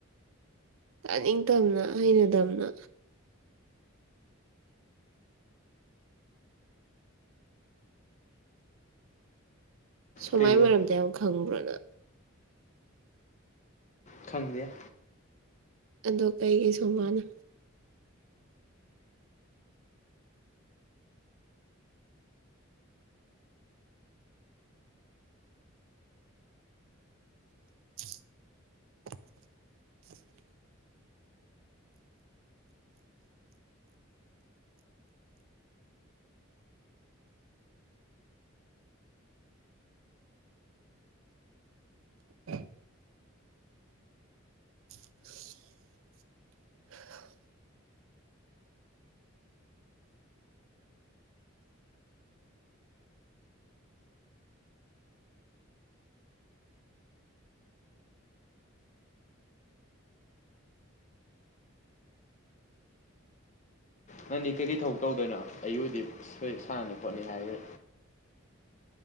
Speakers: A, on the right (about 75°); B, on the left (about 35°).
A: ꯆꯥꯅꯤꯡꯇꯝꯅ ꯍꯩꯅ ꯇꯝꯅ ꯁꯨꯃꯥꯏ
B: ꯀꯩꯕꯨ
A: ꯃꯔꯝꯗ ꯌꯥꯝ ꯈꯪꯕ꯭ꯔꯣꯅ
B: ꯈꯪꯗꯦ
A: ꯑꯗꯣ ꯀꯩꯀꯩ ꯁꯣ ꯃꯥꯅ <inaudible> <inaudible> <inaudible>
B: ꯅꯪꯗꯤ ꯀꯩꯀꯩ ꯊꯕꯛ ꯇꯧꯗꯣꯏꯅꯣ ꯑꯌꯨꯗꯤ ꯁꯣꯏ ꯁꯥꯟꯅꯅꯤ ꯈꯣꯠꯅꯤ ꯍꯥꯏꯈ꯭ꯔꯦ